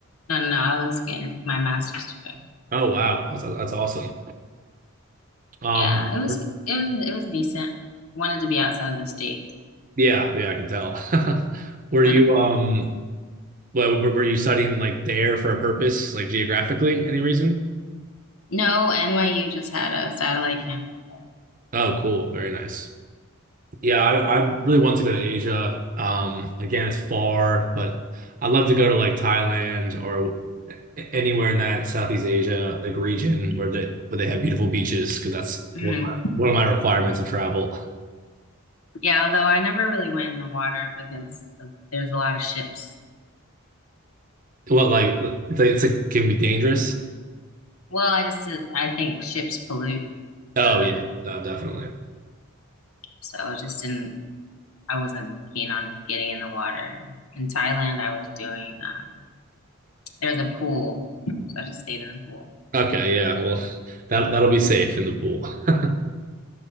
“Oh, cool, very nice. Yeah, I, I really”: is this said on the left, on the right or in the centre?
Right